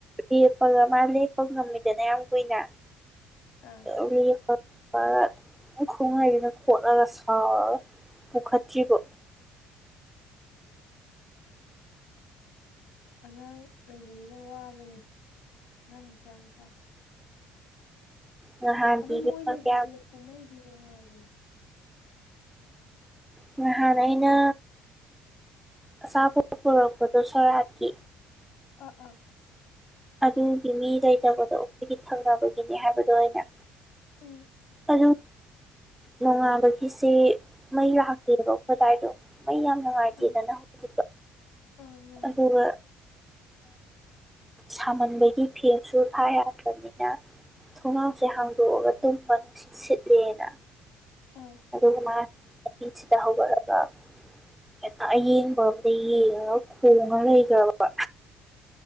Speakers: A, in the centre; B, on the left.
A: ꯂꯦꯞꯄꯒ ꯃꯥ ꯂꯦꯞꯄ ꯉꯝꯃꯤꯗꯅ ꯌꯥꯝ ꯀꯨꯏꯅ
B: ꯑꯥ
A: ꯎ ꯈꯔꯈꯨꯡꯍꯩꯁꯤꯅ ꯈꯣꯠꯂꯒ ꯁꯥꯎꯔꯒ ꯄꯨꯈꯠꯇ꯭ꯔꯤꯕ
B: ꯑꯉꯥꯡ ꯂꯩꯕꯅꯤꯅ ꯋꯥꯕꯅꯦ ꯑꯉꯥꯡ ꯃꯆꯥ ꯃꯆꯥ
A: ꯅꯍꯥꯟꯗꯤ
B: ꯑꯗꯣ
A: ꯏꯕꯦꯝꯃ
B: ꯃꯣꯏ ꯂꯩꯕꯁꯦ
A: ꯀꯌꯥꯝ
B: ꯀꯨꯝꯍꯩꯗꯤ ꯅꯨꯡꯉꯥꯏꯕꯅꯦ
A: ꯉ ꯍꯅꯩꯅ ꯁꯥꯕꯨ ꯄꯨꯔꯛꯄꯗꯨꯣ ꯁꯔꯀꯤ
B: ꯑ ꯑꯥ
A: ꯑꯗꯨꯒꯤ ꯃꯤ ꯂꯩꯇꯕꯗꯣ ꯑꯩꯣꯏꯒꯤ ꯊꯪꯅꯕꯒꯤꯅꯦ ꯍꯥꯏꯕꯗꯣ ꯑꯣꯏꯅ
B: ꯎꯝ
A: ꯑꯗꯨ ꯅꯣꯡꯉꯥꯕꯒꯤꯁꯦ ꯃꯩ ꯂꯥꯛꯇꯦꯕ ꯑꯩꯗꯥꯏꯗꯣ ꯃ ꯌꯥꯝ ꯅꯨꯡꯉꯥꯏꯇꯦꯗꯅ
B: ꯑꯥ
A: ꯍꯧꯖꯤꯣ
B: ꯑꯥ ꯅꯨꯡꯉꯥꯏꯇꯦ
A: ꯍꯔ ꯁꯥꯃꯟꯕꯒꯤ ꯐꯦꯡꯁꯨ ꯊꯥ ꯌꯥꯗ꯭ꯔꯕꯅꯤꯅ ꯊꯣꯡꯅꯥꯎꯁꯦ ꯍꯥꯡꯗꯣꯛꯑꯒ ꯇꯨꯝ ꯃꯅꯨꯡ ꯅꯨꯡꯁꯤꯠ ꯁꯤꯠꯂꯦꯅ
B: ꯑꯥ
A: ꯑꯗꯨꯒꯥꯡ ꯆꯍꯤꯁꯤꯗ ꯍꯧꯒꯠꯂꯒ ꯍꯦꯛꯇ ꯌꯦꯡꯕ ꯑꯝꯗ ꯌꯦꯡꯉꯒ ꯈꯣꯡꯉ ꯂꯩꯈ꯭ꯔꯕ